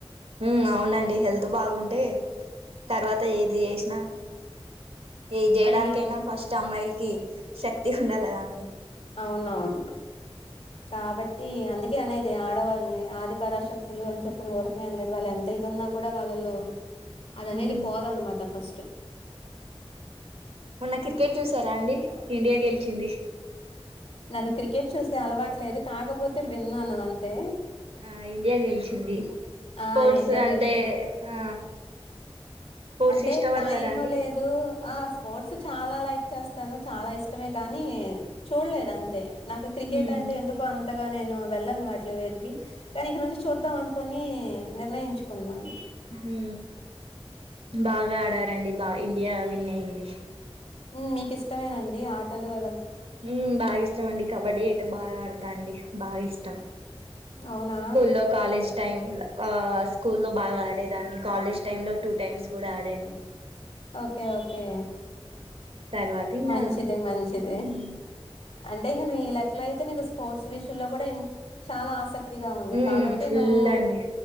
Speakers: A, on the right; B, on the left.
A: ఉ అవునండి హెల్త్ బాగుంటే తర్వాత ఏది చేసినా ఏది చేయడానికైనా
B: అడిగే
A: ఫస్ట్ అమ్మాయిలకి శక్తి ఉండాలి కదా అండి
B: అవునవును కాబట్టి అందుకే అనేది ఆడవాళ్ళని ఆదిపరాశక్తులు అని చెప్పిన ఊరకనే అనలేదు వాళ్ళు ఎంత ఇది ఉన్నా కూడా వాళ్ళలో అది అనేది
A: ఉమ్
B: పోదన్నమాట ఫస్ట్
A: మొన్న క్రికెట్ చూసారా అండి ఇండియా గెలిచింది
B: నాకు క్రికెట్ చూసే అలవాటు లేదు కాకపోతే విన్నాను అంతే
A: ఆ ఇండియా గెలిచింది స్పోర్ట్స్
B: ఆ ఇండియా
A: అంటే
B: గెలిసి
A: ఆ స్పోర్ట్స్
B: అంటే
A: ఇష్టపడతారా
B: టైం
A: అండి
B: లేదు ఆ స్పోర్ట్స్ చాలా లా చేస్తాను చాలా ఇష్టమే కానీ చూడలేదు అంతే నాకు క్రికెట్
A: ఉమ్
B: అంటే ఎందుకో అంతగా గా నేను వెళ్ళను వాటి వేదికి కానీ ఇక నుంచి చూద్దాం అనుకుని నిర్ణయించుకున్నాను
A: హు బాగా ఆడారండి బా ఇండియా విన్ అయ్యింది
B: హు మీకు ఇష్టమేనండి ఆటలు అవన్నీ
A: హు బాగా ఇష్టం అండి కబడ్డీ అయితే బాగా ఆడుతా అండి బాగా ఇష్టం
B: అవునా
A: స్కూల్లో లో కాలేజ్ టైం లా స్కూల్ లో బాగా ఆడేదాన్ని కాలేజ్ టైం లో టూ టైమ్స్ కూడా ఆడను
B: ఓకే ఓకే
A: తర్వాత ఇంగా
B: మంచిది మంచిది
A: ఉమ్
B: అంటే ఇగ నువు ఈ లెక్కలో అయితే నీకు స్పోర్ట్స్ విషయంలో కూడా ఇన్ చాలా ఆసక్తి ఉత్తిగా ఉంది
A: ఉమ్
B: కాబట్టి
A: ఫుల్
B: నువ్వు
A: అండి